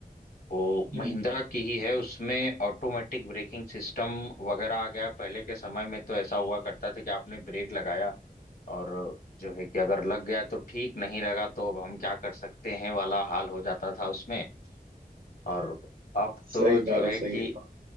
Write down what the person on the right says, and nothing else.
<laughs> हम्म,
सही
बात
है सही
बात